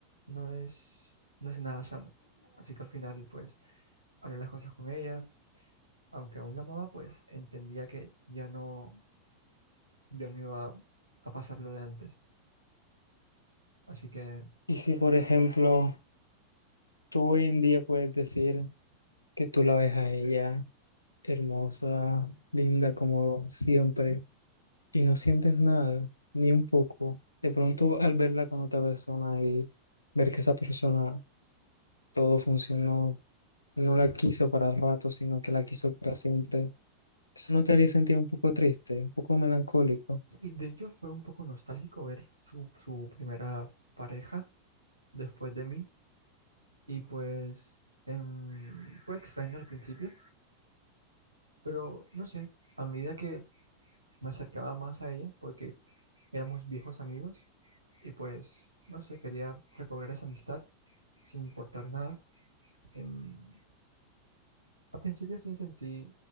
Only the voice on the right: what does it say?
no es, no es nada sano. Así que al final, pues, hablé las cosas con ella aunque aún la amaba, pues entendía que ya no, ya no iba a pasar lo de antes. Así que
ujú.
sí, de hecho fue un poco nostálgico ver su, su primera pareja después de mí y pues em, fue extraño al principio, pero no sé, a medida que me acercaba más a ella, porque éramos viejos amigos y pues no sé, quería recobrar esa amistad sin importar nada. em, Al principio sí me sentí